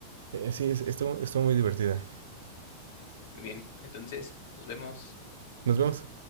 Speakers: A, on the right; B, on the left.
A: Eh, sí, es- estuvo, estuvo muy divertida.
B: Muy bien, entonces nos vemos.
A: Nos vemos.